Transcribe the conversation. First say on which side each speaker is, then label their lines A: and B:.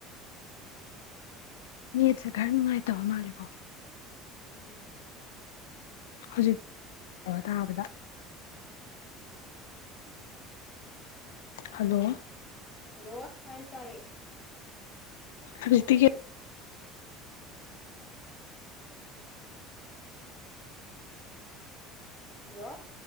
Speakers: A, on the left; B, on the left.
A: ꯃꯤꯠꯁ ꯈꯔꯅꯤꯅꯨꯡꯥꯏ ꯇꯋꯥ ꯃꯥꯂꯦꯒꯣ
B: ꯎꯝ
A: ꯍꯧꯖꯤꯛ ꯇꯥꯕꯗ ꯍꯜꯂꯣ
B: ꯍꯜꯂꯣ ꯇꯥꯏ ꯇꯥꯏꯌꯦ
A: ꯍꯧꯖꯤꯛꯇꯥꯒꯤ
B: ꯍꯥꯜꯂꯣ